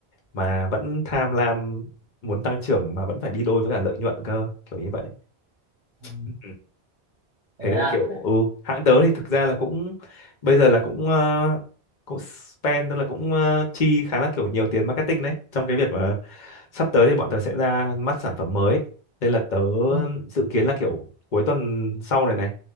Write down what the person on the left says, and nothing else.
mà vẫn tham lam muốn tăng trưởng mà vẫn phải đi đôi với cả lợi nhuận cơ, kiểu như vậy.
Ừ. thế
nên là
kiểu ừ hãng tớ thì thực ra là cũng bây giờ là cũng ờ, cũng spend tức là cũng ờ, chi khá là kiểu nhiều tiền marketing đấy trong cái việc ờ, sắp tới thì bọn tớ sẽ ra mắt sản phẩm mới nên là tớ
dự kiến là kiểu cuối tuần sau này này